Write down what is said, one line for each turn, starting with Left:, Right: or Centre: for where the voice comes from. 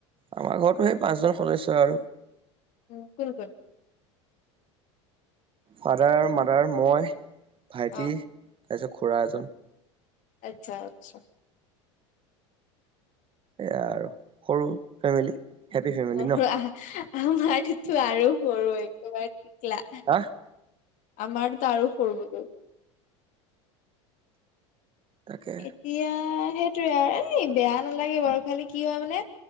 Right: আমাৰ ঘো সেই পাঁচজন সদস্য আৰু
Left: উ কোন কোন
Right: ফাদাৰ আৰু মাদাৰ, মই, ভাইটি।
Left: অ
Right: তাৰপিছত খুৰা এজন
Left: আচ্ছা আচ্ছা
Right: আৰু সৰু ফেমিলি হেপী ফেমিলি
Left: আমাৰতো
Right: ন
Left: আৰু সৰু একেবাৰে শিকলা
Right: হা
Left: আমাৰতো আৰু সৰবতো <unintelligible>
Right: তাকে
Left: এতিয়া সেইটোৱে আৰু এ বেয়া নালাগে বাৰু খালি কি হয় মানে